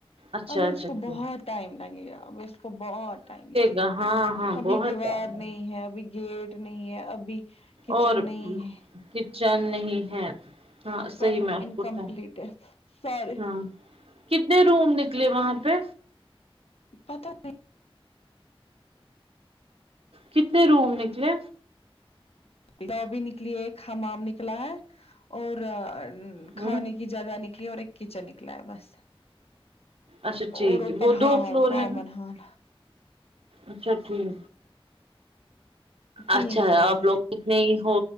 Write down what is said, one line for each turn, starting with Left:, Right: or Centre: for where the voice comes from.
Right: اچھا
Left: ابھی
Right: اچھا
Left: اس کو
Right: کیا
Left: بہت ٹائم لگے گا اب اس کو بہت ٹائم لگے
Right: گا ہاں ہاں
Left: ابھی
Right: بہت
Left: دیوار
Right: ٹائم لگے
Left: نہیں ہے ابھی گیٹ نہیں ہے ابھی کچن
Right: اور
Left: نہیں ہے
Right: کچن نہیں ہے ہاں
Left: کمرہ
Right: صحیح میں <unintelligible>
Left: انکمپلیٹ
Right: ہے
Left: سارے
Right: ہاں کتنے روم نکلے وہاں پہ
Left: پتہ
Right: کتنے روم نکلے
Left: لابی نکلی ہے حمام نکلا ہے اور
Right: ہ
Left: کھانے کی جگہ نکلی اور ایک کچن نکلا ہے بس
Right: اچھا ٹھیک
Left: اور اوپر
Right: ہے وہ دو
Left: حال
Right: فلور
Left: کومن
Right: ہے نا
Left: ہال
Right: اچھا ٹھیک
Left: تین
Right: اچھا
Left: فلور
Right: ہے آپ لوگ اتنے ہی ہو